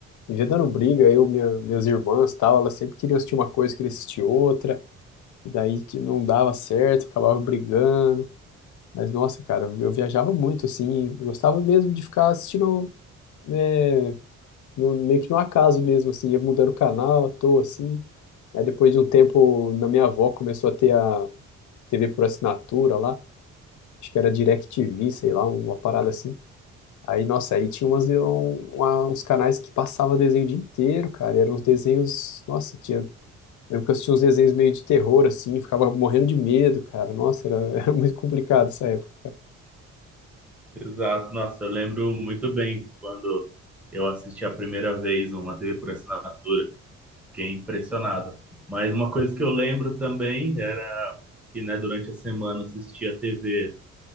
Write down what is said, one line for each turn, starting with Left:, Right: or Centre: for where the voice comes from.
Left: vivia dando briga, eu, minha, minhas irmãs, tal, elas sempre queriam assistir uma coisa, queriam assistir outra. E daí que não dava certo, acabava brigando. Mas nossa, cara, eu viajava muito assim, gostava mesmo de ficar assistindo, né, no- meio que no acaso mesmo, assim, ia mudando o canal, à toa, assim. Aí depois de um tempo, na minha avó começou a ter a TV por assinatura lá, acho que era DirecTV, sei lá, uma parada assim. Aí, nossa, aí tinha umas, um- uma- uns canais que passava desenho o dia inteiro, cara, e eram uns desenhos, nossa, tinha, lembro que eu assistia uns desenhos meio de terror, assim, ficava morrendo de medo, cara, nossa, era, <laughs> era muito complicado essa época.
Centre: Exato. Nossa, eu lembro muito bem quando eu assisti a primeira vez uma TV por assinatura. Fiquei impressionado. Mas uma coisa que eu lembro também era que, né, durante a semana eu assistia TV,